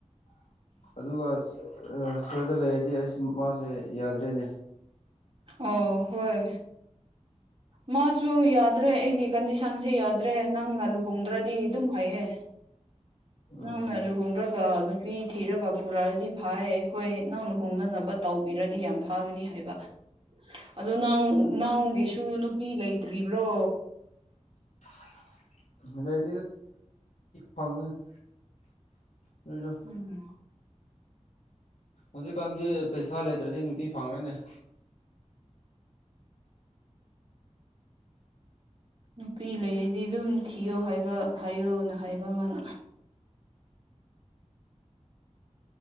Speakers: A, on the left; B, on the right.
A: ꯑꯗꯨꯒ ꯁꯣꯏꯗ ꯂꯩꯔꯗꯤ ꯑꯩꯁ ꯃꯥꯁꯦ ꯌꯥꯗ꯭ꯔꯦꯅꯦ
B: ꯑꯣ ꯍꯣꯏ ꯃꯥꯁꯨ ꯌꯥꯗ꯭ꯔꯦ ꯑꯩꯒꯤ ꯀꯟꯗꯤꯁꯟꯁꯦ ꯌꯥꯗ꯭ꯔꯦ ꯅꯪꯅ ꯂꯨꯍꯣꯡꯗ꯭ꯔꯗꯤ ꯑꯗꯨꯝ ꯍꯥꯏꯌꯦ
A: ꯎꯝ
B: ꯅꯪ ꯍ꯭ꯔꯣ ꯑꯗꯨꯒ ꯅꯨꯄꯤ ꯊꯤꯔꯒ ꯄꯨꯔꯛꯑꯗꯤ ꯐ ꯑꯩꯈꯣꯏ ꯅꯪ ꯂꯨꯍꯣꯡꯅꯅꯕ ꯇꯧꯕꯤꯔꯗꯤ ꯌꯥꯝ ꯐꯒꯅꯤ ꯍꯥꯏꯕ ꯑꯗꯨ ꯅꯪ ꯅꯪꯒꯤꯁꯨ ꯅꯨꯄꯤ ꯂꯩꯇ꯭ꯔꯤꯕ꯭ꯔꯣ
A: <unintelligible> ꯂꯩ ꯐꯉꯗ
B: ꯎꯝ
A: ꯍꯧꯖꯤꯛꯀꯥꯟꯗꯤ ꯄꯩꯁꯥ ꯂꯩꯇ꯭ꯔꯗꯤ ꯅꯨꯄꯤ ꯐꯪꯉꯣꯏꯅꯦ
B: ꯅꯨꯄꯤ ꯂꯩꯔꯗꯤ ꯑꯗꯨꯝ ꯊꯤꯌꯣ ꯍꯥꯏꯕ ꯍꯥꯏꯌꯣꯅ ꯍꯥꯏꯕ ꯑꯃꯅ